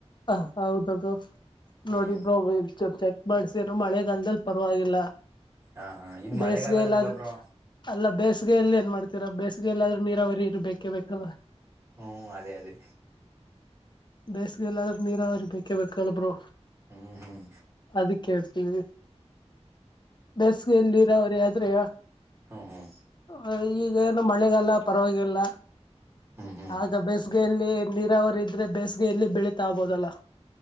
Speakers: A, on the left; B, on the right.
A: ಹ ಹೌದು ಬ್ರೊ
B: ಹ್ಮ್
A: ನೋಡಿ ಬ್ರೊ ಚಾ ಚ. ಬಡ್ಸೆನು ಮಳೆಗಲ್ದಾಲ್ ಪರ್ವಾಗಿಲ್ಲ.
B: ಹಾ ಹಾ ಇದು ಮಳೆಗಾಲನಲ್ಲ
A: ಬೇಸ್ಗೆಯಲ್ಲಾದ್ರೆ
B: ಬ್ರೋ
A: ಅಲ್ಲ ಬೇಸ್ಗೆಯಲ್ ಏನ್ ಮಾಡ್ತ ತಿರ ಬೇಸ್ಗೆಲ್ಲಾದ್ರೆ ನೀರಾವರಿ ಇರ್ಬೇಕೇ ಬೇಕಲ್ಲ.
B: ಹು ಅದೇ ಅದೇ.
A: ಬೇಸ್ಗೆ ಎಲ್ಲಾದ್ರೆ ನೀರಾವರಿ ಬೇಕೇ ಬೇಕಲ್ ಬ್ರೊ
B: ಹ್ಮ್ ಹ್ಮ್
A: ಅದಿಕ್ ಕೇಳ್ತೀವಿರಿ ಬೆಸ್ಗೆ ಎಲ್ ನೀರಾವರಿ ಆದ್ರೆ.
B: ಹು ಹು
A: ಆ ಈಗ ಏನು ಮಳೆಗಲ್ಲ ಪರ್ವಾಗಿಲ್ಲ
B: ಹ್ಮ್ ಹ್ಮ್
A: ಆಗ ಬೇಸ್ಗೆಯಲ್ಲಿ ನೀರಾವರಿ ಇದ್ರೆ ಬೇಸ್ಗೆಯಲ್ಲಿ ಬೆಳೆ ತ್ತ ಬೋದಲ್ಲ